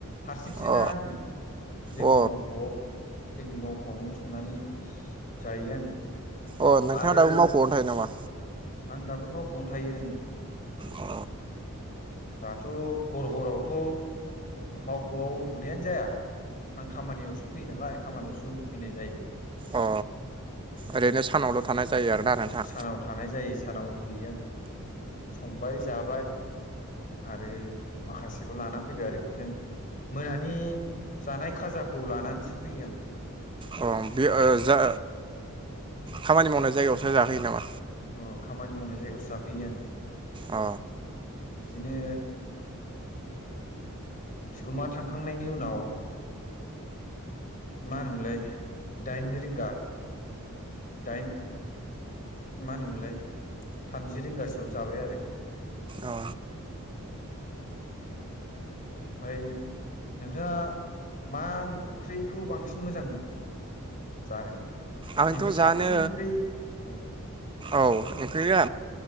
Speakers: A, on the left; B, on the right.
A: हारसिंसो
B: अ
A: ना आङो जोंनि
B: अ
A: मावख'आव जोंनि मावख'आवनो संनानै जायो आङो
B: अ नोंथाङा
A: आरो
B: दाबो मावख'आवनो थायो नामा
A: आं दाबो मावख'आवनो थायो
B: अ
A: दाथ' हर हरावथ' मावख'आव उन्दुनायानो जाया आं खामानियावसो फैयो नालाय खामानियावसो उन्दुफैनाय जायो
B: अ ओरैनो सानावल' थानाय जायो आरोना नोंथां
A: सानाव थानाय जायो सानाव उन्दुयो आं संबाय जाबाय आरो माखासेखौ लानानै फैबाय आरो बिदिनो मोनानि जानाय खाजाखौ लानानैसो फैयो आं
B: अ जा खामानि मावनाय जायगायावसो जाहैयो नामा
A: अ खामानि मावनाय जायगायावसो जाफैयो आं
B: अ
A: बिदिनो बिगोमा थांखांनायनि उनाव मा होनोमोनलाय दाइन रिंगा दाइन मा होनोमोनलाय थामजि रिंगासोआव जाबाय आरो
B: औ।
A: <inaudible> ओमफाय। नोंथाङा मा ओंख्रिखौ बांसिन मोजां मोनो जानो
B: आंथ'
A: नोंनि
B: जानो
A: साबसिन ओंख्रि ओ।
B: औ ओंख्रिया।